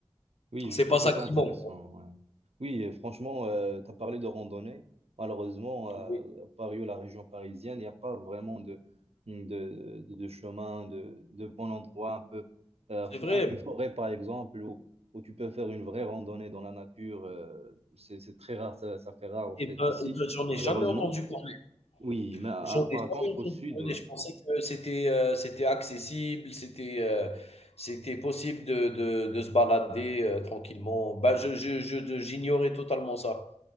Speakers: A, on the right; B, on the left.
A: Oui,
B: c'est
A: je trouve
B: pas
A: que
B: ça
A: c'est
B: qui
A: intéressant.
B: manque.
A: ouais. Oui, euh, franchement, tu as parlé de randonnée. Malheureusement, euh,
B: Oui,
A: à Paris ou la région parisienne, il n'y a pas vraiment de, de, de, de chemin, de, de bon endroit, un peu. euh,
B: c'est vrai.
A: un- une forêt, par exemple, où, où tu peux faire une vraie randonnée dans la nature. euh, c'est, c'est très rare, ça, ça fait rare, en fait,
B: Eh ben
A: ici,
B: eh ben, j'en
A: malheureusement.
B: ai jamais entendu parler.
A: Oui, mais à-
B: J'en
A: à- par
B: ai
A: contre,
B: jamais entendu
A: au sud.
B: parler. Je pensais que c'était, heu, c'était accessible, c'était, heu, c'était possible de de de se balader, heu, tranquillement. Ben, je je je j'ignorais totalement ça.